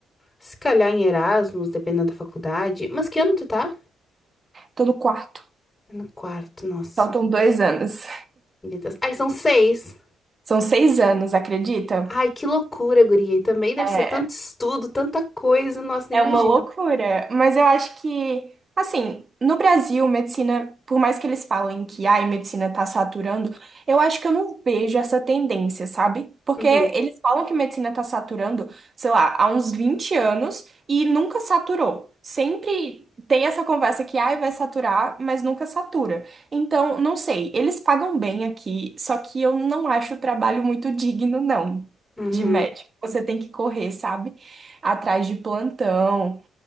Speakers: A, on the left (about 20°); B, on the right (about 35°).
A: Se calhar em Erasmus, dependendo da faculdade. Mas que ano tu tá?
B: Tô no quarto.
A: Tá No quarto, nossa.
B: Faltam dois anos.
A: Meu Deus. Ai, são seis.
B: São seis anos, acredita?
A: Ai, que loucura, guria. E também deve
B: É,
A: ser tanto estudo, tanta coisa. Nossa, nem
B: É
A: imagina.
B: uma loucura, mas eu acho que, assim, no Brasil, medicina, por mais que eles falem que ai, medicina tá saturando, eu acho que eu não vejo essa tendência, sabe? Porque
A: Uhum,
B: eles falam que medicina tá saturando, sei lá, há uns 20 anos e nunca saturou. Sempre tem essa conversa que ai, vai saturar, mas nunca satura. Então, não sei, eles pagam bem aqui, só que eu não acho o trabalho muito digno, não,
A: uhum,
B: de médico. Você tem que correr, sabe? atrás de plantão,